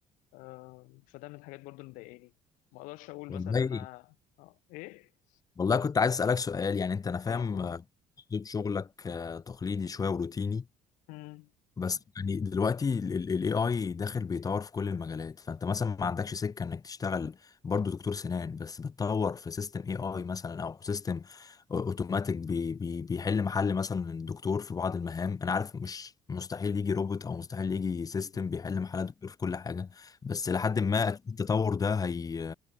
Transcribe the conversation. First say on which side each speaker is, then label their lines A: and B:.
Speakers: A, on the left; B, on the left.
A: آه، فده من الحاجات برضو اللي مضايقاني ما اقدرش اقول
B: والله
A: مثلا ان انا آه، ايه
B: والله كنت عايز اسألك سؤال يعني انت انا فاهم
A: اه اه
B: آه، اسلوب شغلك آه، تقليدي شوية وروتيني
A: مم.
B: بس يعني دلوقتي الاي اي داخل بيطور في كل المجالات فانت مثلا ما عندكش سكه انك تشتغل برضو دكتور سنان بس بتطور في سيستم اي اي مثلا او سيستم اوتوماتيك بي بي بيحل محل مثلا الدكتور في بعض المهام انا عارف مش مستحيل يجي روبوت او مستحيل يجي سيستم
A: مم.
B: بيحل محل الدكتور في كل حاجه بس
A: فاهم
B: لحد ما أكيد التطور ده هي